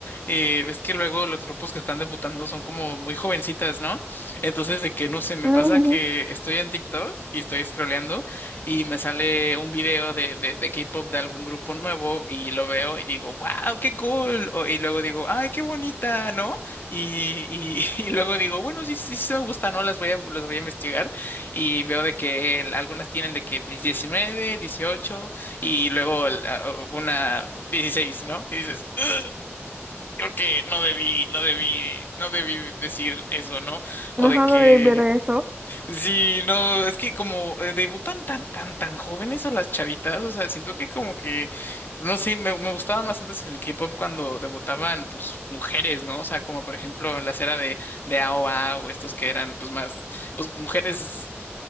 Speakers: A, on the left (about 50°); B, on the right (about 20°).
A: eh, ves que luego los grupos que están debutando son como muy jovencitas, ¿no? Entonces, de que no sé, me
B: Ujú,
A: pasa que estoy en TikTok y estoy scrolleando y me sale un video de, de, de K-pop de algún grupo nuevo y lo veo y digo, wow, qué cool. O- y luego digo, ay, qué bonita, ¿no? Y, y, <laughs> y luego digo, bueno, sí, sí, sí me gusta, ¿no? Las voy a, las voy a investigar y veo de que el- algunas tienen de que 19 18 y luego el- a- una 16, ¿no? Y dices, "Ugh, creo que no debí, no debí, no debí decir eso, ¿no? O
B: Ajá,
A: de que
B: no debí ver eso.
A: Sí, no, es que como eh, debutan tan, tan, tan jóvenes a las chavitas, o sea, siento que como que, no sé, me, me gustaba más antes en el K-pop cuando debutaban, pues, mujeres, ¿no? O sea, como por ejemplo en la era de, de AOA o A o estos que eran, pues, más, pues, mujeres